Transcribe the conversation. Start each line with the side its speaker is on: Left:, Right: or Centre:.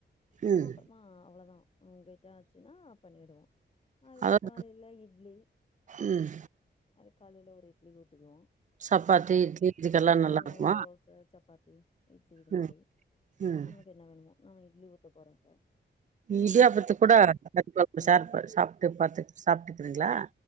Left: ஆ
Right: ம்
Left: <unintelligible> ஆ அவ்வளோதா உங்கட்ட ஆச்சுனா பண்ணிடுவோ அதுக்கு
Right: அதாவது
Left: காலையில இட்லி
Right: ம்
Left: அது காலையில ஒரு இட்லி ஊத்துவோ
Right: சப்பாத்தி இட்லி இதுக்கெல்லா
Left: ம்
Right: நல்லா இருக்குமா
Left: ம் தோச சப்பாத்தி இட்லி இது மாரி
Right: ம் ம்
Left: நம்மளுக்கு என்ன வேணுமோ நம்ம இட்லி ஊத்த போற இப்ப அப்புறம்
Right: இடியாப்பத்துக்கு
Left: மதியத்துக்கு
Right: கூட
Left: வந்து
Right: <inaudible> கப்ப சார் பண்ணி சாப்பிட்டு பாத்து <inaudible> சாப்பிட்டுக்கறீங்களா